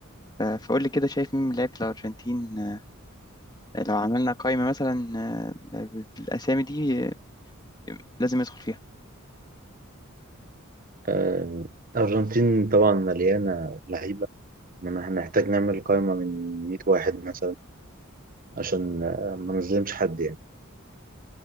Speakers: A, on the left (about 20°); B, on the right (about 40°).
A: أه فقول لي كده شايف مين من لعيبه الارجنتين أه لو عملنا قائمه مثلا أه بالاسامي دي أه لازم يدخل فيها
B: آه، الارجنتين طبعا مليانه لعيبه انما هنحتاج نعمل قائمه من 100 واحد مثلا عشان آه، ما نظلمش حد يعني